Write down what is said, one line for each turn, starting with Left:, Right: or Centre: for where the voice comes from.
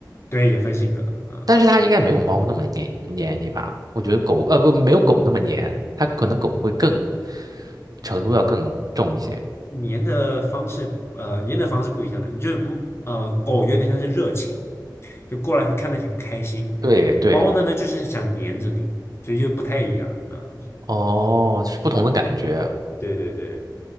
Left: 对，也分性格啊，
Right: 但是它应该没有猫那么黏黏你吧？我觉得狗呃不没有狗那么黏，它可能狗会更程度要更重一些。
Left: 嗯粘的方式呃粘的方式不一样，你就是呃狗有点像是热情，就过来看得很开心。
Right: 对对，
Left: 猫呢呢就是想黏着你，所以就不太一样啊。
Right: 哦，是不同的感觉。
Left: 对对对。